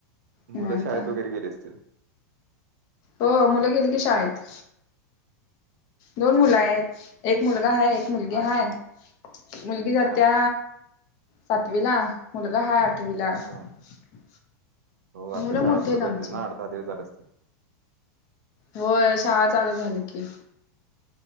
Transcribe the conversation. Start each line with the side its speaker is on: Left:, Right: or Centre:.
Left: निवांत
Right: मुलं शाळेत वगैरे गेले असतील.
Left: हो मुलं गेली की शाळेत. दोन मुलं
Right: ओके.
Left: आहेत एक मुलगा हाय, एक मुलगी
Right: हा
Left: हाय. मुलगी जात्या
Right: हा
Left: सातवी ला मुलगा हाय आठवीला.
Right: हा
Left: <inaudible>
Right: हो आत्ता
Left: मुलं
Right: शाळा
Left: मोठी
Right: सुरू
Left: आहेत
Right: झाली
Left: आमची
Right: ना आठ-दहा दिवस झाले असेल.
Left: होय शाळा चालू झाली की.